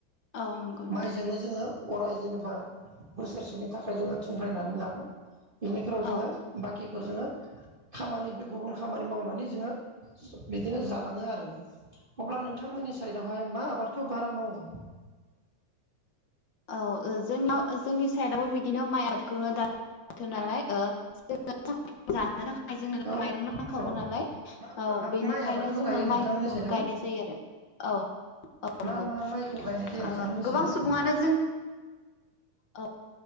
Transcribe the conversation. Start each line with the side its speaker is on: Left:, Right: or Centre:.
Left: औ नंगौ नोंथां।
Right: माइजोंनो जोङो अराय जेनेबा बोसोरसेनि थाखाय जोङो थुमग्रायनानै लागोन बेनिफ्रायाव जोङो
Left: औ
Right: बाखि खौ जोङो खामानि बे गुबुन खामानि मावनानै जोङो बिदिनो जालाङो आरो अब्ला नोंथांमोननि साइडआवहाय मा आबादखौ बारा मावो?
Left: औ ओ जोंनाव जोंनि साइडआवबो बिदिनो माइआब खौनो दा थो नालाय ओ <inaudible> जानो थाखाय जोंनो
Right: औ
Left: मायरं नांखागौ
Right: औ
Left: नालाय
Right: मा मा
Left: ओ बेनिखायनो
Right: माइ आबादखौ
Left: जोङो
Right: गायो नोंथांमोननि
Left: माइखौनो
Right: साइडआव
Left: गायनाय जायो आरो ओ ओ
Right: मा
Left: नंगौ
Right: मा माइखौ गायनाय जायो नोंथांमोननि
Left: ओ
Right: साइडआव
Left: गोबां सुबुंआनो औ।